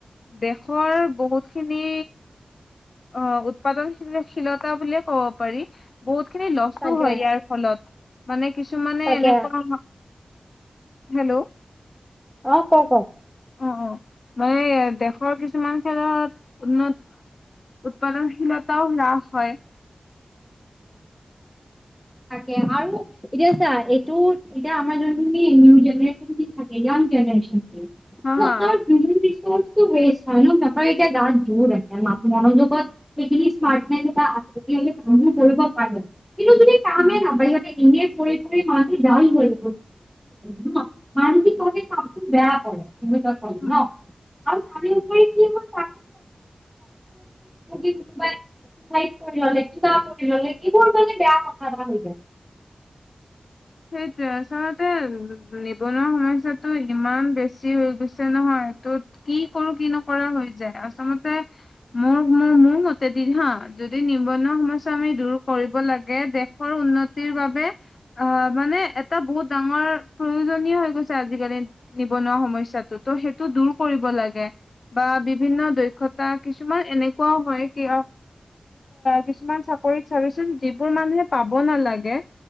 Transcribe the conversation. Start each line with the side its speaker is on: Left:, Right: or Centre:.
Left: দেশৰ বহুত খিনি অ', উৎপাদনশীলতা বুলিয়ে কব পাৰি। বহুত খিনি লছো
Centre: তাকে
Left: হয়, ইয়াৰ ফলত মানে কিছুমানে
Centre: তাকে
Left: এনেকুৱা হেল্ল'?
Centre: অ', ক, ক।
Left: অ', অ', মানে দেশৰ কিছুমান ক্ষেত্ৰত উন্নত উৎপাদনশীলতাও হ্ৰাস হয়।
Centre: তাকে আৰু এতিয়া ছা এইটো এতিয়া আমাৰ নিউ জেনেৰেচন থাকে ইয়াং জেনেৰেচন।
Left: হা
Centre: সিহঁতৰ
Left: হা
Centre: <unintelligible> হয় ন সিহঁতৰ এতিাই গ জোৰ ৰাখে মনোযোগত সেইখিনি স্মাৰ্টনেচ বা এটা তেতিয়াহলে কৰিব পাৰে কিন্তু যদি কামে
Left: উম
Centre: নাবাৰ হেকে এনেয়েই পৰি পৰি মানুহ টো ডাউন হৈ গল ন। মানসিকভাৱে কামটো বেয়া কৰে কি এ কৰে
Left: উম,
Centre: ন আৰু তাৰে উপৰি কি হয়। চে কিাই <unintelligible> ললে কিবা ললে এইবোৰ মানে বেয়া কথা এটা হৈ যায়।
Left: সেইটোৱে আচলতে নিবনুৱা সমস্যাটো ইমান বেছি হৈ গৈছে নহয় এইটোত, কি কৰো কি নকৰোঁ হৈ যায়। আচলতে মোৰ-মোৰ-মোৰ মতে দিন হা, যদি নিবনুৱা সমস্যা আমি দূৰ কৰিব লাগে দে। দেশৰ উন্নতিৰ বাবে অ, মানে এটা বহুত ডাঙৰ প্ৰয়োজনীয় হৈ গৈছে আজিকালি। নিবনুৱা সমস্যাটো ত' সেইটো দূৰ কৰিব লাগে। বা বিভিন্ন দক্ষতা কিছুমান এনেকুৱাও হয় কিয়? কিছুমান চাকৰিত চাবিচোন যিবোৰ মানুহে পাব নালাগে।